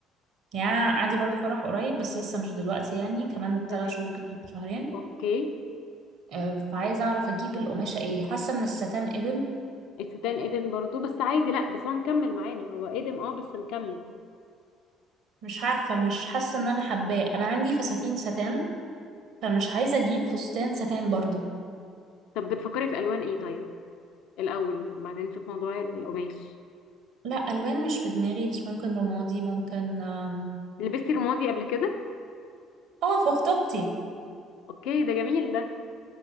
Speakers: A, on the right (about 55°); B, on the left (about 60°).
A: يعني أنا عندي برضو فرح قريب بس لسه مش دلوقتي يعني كمان ثلاث
B: تمام
A: شهور كده شهرين
B: اوكي
A: آه، فعايزة أعرف أجيب القماشة إيه حاسة إن الستان قدم
B: الستان ادم برضو بس عادي لا بس هو مكمل معانا هو ادم اه بس مكمل
A: مش عارفة مش حاسة إن أنا حباه أنا عندي فساتين ستان فمش عايزة أجيب فستان ستان برضو
B: طب بتفكري في الوان ايه طيب الاول بعدين نشوف موضوع القماش
A: لا ألوان مش في دماغي بس ممكن رمادي ممكن آم،
B: لبستي رمادي قبل كده
A: اه في خطوبتي
B: اوكي ده جميل ده